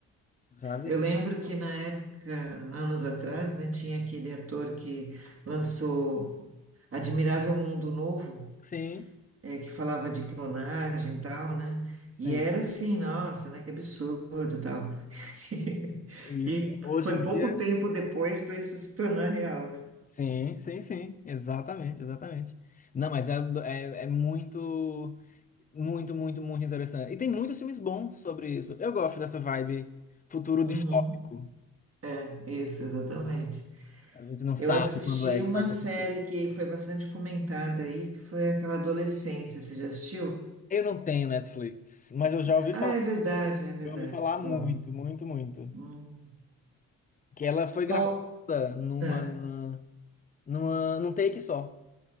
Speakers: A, on the left; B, on the right.
A: sabe?
B: Eu lembro que na época, anos atrás, né, tinha aquele ator que lançou Admirável Mundo Novo,
A: Sim,
B: eh, que falava de clonagem e tal, né?
A: sim.
B: E era assim, nossa, né, que absurdo e tal. <laughs>
A: Isso.
B: E
A: Hoje
B: foi
A: em dia,
B: pouco tempo depois para isso se tornar real, né?
A: sim, sim, sim. Exatamente, exatamente. Não, mas é, é, é muito, muito, muito, muito interessante. E tem muitos filmes bons sobre isso. Eu gosto dessa vibe futuro distópico.
B: Uhum. É, Isso, exatamente.
A: A gente não sabe
B: Eu assisti
A: quando é que
B: uma
A: vai acontecer.
B: série que foi bastante comentada aí, que foi aquela Adolescência, você já assistiu?
A: Eu não tenho Netflix, mas eu já ouvi
B: Ah,
A: falar.
B: é verdade, é verdade,
A: Eu ouvi falar
B: você falou.
A: muito, muito, muito.
B: Hum.
A: Que ela foi gravada
B: Qual,
A: numa,
B: É.
A: numa, num take só.